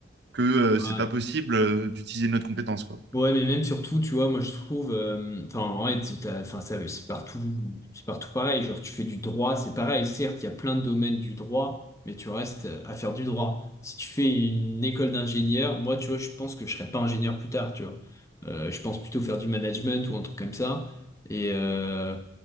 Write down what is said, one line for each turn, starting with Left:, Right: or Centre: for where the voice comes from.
Right: que euh,
Left: Ouais.
Right: c'est pas possible euh, d'utiliser notre compétence, quoi.
Left: Ouais, mais même surtout, tu vois, moi je trouve, euh, enfin, en vrai, t'as- t'as- enfin, ça, c'est partout, c'est partout pareil. Genre, tu fais du droit, c'est pareil. Certes, il y a plein de domaines du droit, mais tu restes euh, à faire du droit. Si tu fais une école d'ingénieur, moi, tu vois, je pense que je serais pas ingénieur plus tard, tu vois. Euh, je pense plutôt faire du management ou un truc comme ça. Et euh,